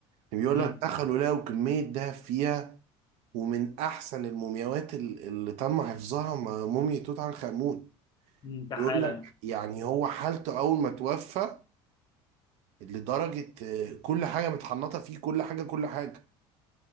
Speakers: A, on the right; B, on the left.
A: يعني بيقول
B: امم
A: لك دخلوا لقوا كميه دهب فيها ومن احسن المومياوات ال- اللي تم حفظها م- موميا توت عنخ امون
B: أمم، كحاله
A: بيقول لك
B: يعني.
A: يعني هو حالته اول ما توفى لدرجه آه، كل حاجه متحنطه فيه كل حاجه كل حاجه